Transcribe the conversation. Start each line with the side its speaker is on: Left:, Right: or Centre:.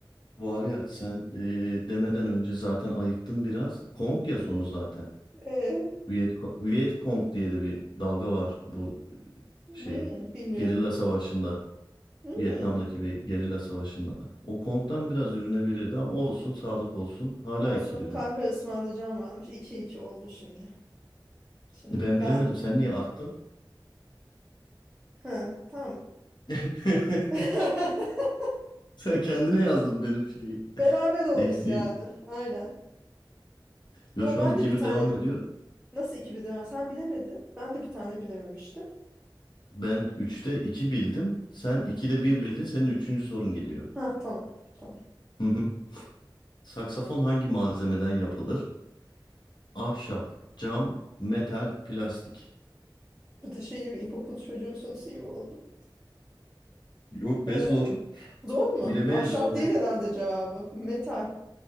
Left: var ya sen e, demeden önce zaten ayıktın biraz. Kong ya sonu zaten.
Centre: E,
Left: Viet, Viet Cong diye de bir dalga var bu
Centre: hmm,
Left: şey.
Centre: bilmiyorum.
Left: Gerilla savaşında.
Centre: Hmm,
Left: Vietnam'daki ve gerilla savaşında. O Kong'dan biraz yürünebilirdi ama olsun sağlık olsun. Hala
Centre: olsun
Left: iki bir
Centre: kahve
Left: mi?
Centre: ısmarlayacağım varmış. iki iki oldu şimdi. Şimdi
Left: Ben
Centre: ben
Left: bilemedim. Sen niye arttın?
Centre: ha tamam.
Left: <laughs>
Centre: <laughs>
Left: Sen kendine yazdın benim şeyi.
Centre: Beraber olduk
Left: Eksiği.
Centre: yani. Aynen.
Left: Yo
Centre: No
Left: şu
Centre: ben
Left: an iki
Centre: de bir
Left: bir
Centre: tane
Left: devam ediyor.
Centre: nasıl iki bir sen bilemedin. Ben de bir tane bilememiştim.
Left: Ben üçte 2 bildim. Sen 2'de bir bildin. Senin üçüncü sorun geliyor.
Centre: Ha tamam. Tamam.
Left: Hı hı. Saksafon hangi malzemeden yapılır? Ahşap, cam, metal, plastik.
Centre: Bu da şey gibi ilkokul çocuğu sorusu gibi oldu.
Left: Yok
Centre: Ee,
Left: be zor.
Centre: zor mu?
Left: Bilemeyene
Centre: Ahşap
Left: zor
Centre: değil
Left: ya.
Centre: herhalde cevabı. Metal.